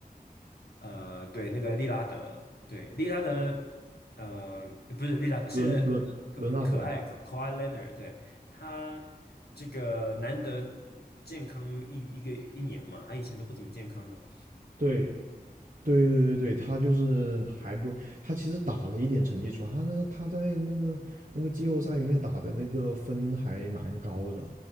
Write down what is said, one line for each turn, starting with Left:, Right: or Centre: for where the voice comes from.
Left: 呃，对，那个利拉德，对，利拉德，呃，不是利拉德，是可可爱可爱
Right: 伦伦伦纳德，
Left: w h Leonard，对，他这个难得健康一一个一年嘛，他以前都不怎么健康的，
Right: 对。对对对对，他就是还不，他其实打了一点成绩出来，他那他在那个那个季后赛里面打的那个分还蛮高的，